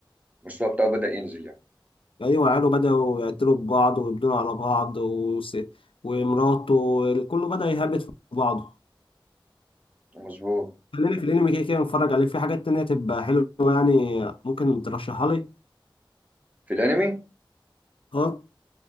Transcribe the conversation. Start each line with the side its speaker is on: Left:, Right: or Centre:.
Right: المستوى بتاعه بدأ ينزل يعني
Left: ايوه عياله بدأوا يقتلوا في بعض ويبدونوا على بعض وس... ومراته كله بدأ يهبط في بعضه
Right: مظبوط
Left: خلينا في الانمي كده كده نتفرج عليه في حاجات تانية تبقى حلوه يعني ممكن ترشحها لي
Right: في الانمي
Left: اه